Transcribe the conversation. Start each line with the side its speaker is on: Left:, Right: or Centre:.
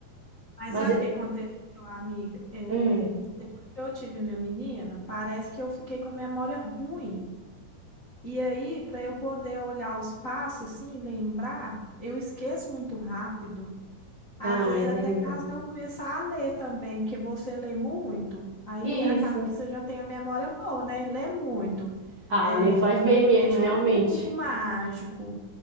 Left: Mas
Right: Mas,
Left: sabe
Right: é-
Left: o que aconteceu, amiga? É,
Right: hum,
Left: depois que eu tive minha menina, parece que eu fiquei com a memória ruim. E aí, para eu poder olhar os passos assim, lembrar, eu esqueço muito rápido. Às
Right: ah,
Left: vezes,
Right: entendi.
Left: até caso de eu começar a ler também, porque você lê muito, aí
Right: Isso.
Left: acaba que você já tem a memória boa, né? Lê muito.
Right: Ah,
Left: É,
Right: ali faz bem mesmo,
Left: mexe
Right: realmente.
Left: com um cubo mágico.